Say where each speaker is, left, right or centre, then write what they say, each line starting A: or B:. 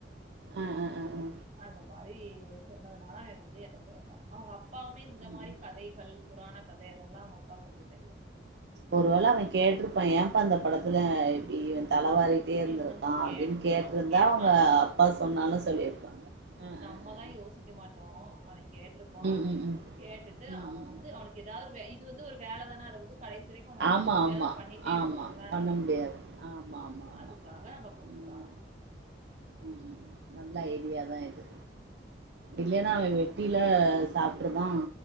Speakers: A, on the right; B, on the right.
A: ஆ ஆ ஆ ஆ
B: அதா மாரி சொன்னதுனால அவ வந்து என்ன கேட்டா அவங்க அப்பாவுமே இந்த
A: ம்
B: மாரி கதைகள் புராண கத அதெல்லா அவங்க அப்பாக்கு கொஞ்சோ தெரியு
A: ஒரு வேள அவே கேட்டிருப்பா ஏப்பா இந்த படத்துல இப்டி தலவாாரி கிட்டே இருந்திருக்கா
B: என்னமோ
A: அப்படின்னு
B: கேட்டிருக்கலாம்.
A: கேட்டிருந்தா
B: கேட்பான்
A: அவங்க அப்பா சொன்னாலு சொல்லிருப்பாங்க ஆ
B: நம்மதா
A: ஆ ஆ ஆ
B: யோசிக்க மாட்டோ அவன் கேட்டிருப்பா
A: ம் ம் ம்
B: கேட்டுட்டு
A: ம்
B: அவ
A: ம் ம்
B: வந்து அவனுக்கு ஏதாது ஒரு இது வந்து ஒரு வேல தான அது வந்து கடைசி வரைக்கோ உன்னால
A: ஆமா
B: முடிக்க முடியாத
A: ஆமா
B: பண்ணிட்டேருப்பால்ல
A: ஆமா பண்ண முடியாது ஆமா ஆமா ஆமா
B: அதுக்காக அவ குடுத்துட்டாளா
A: ம் ம் நல்ல ஐடியாதா இது இல்லைன்னா அவ வெட்டில சாப்பிடுதா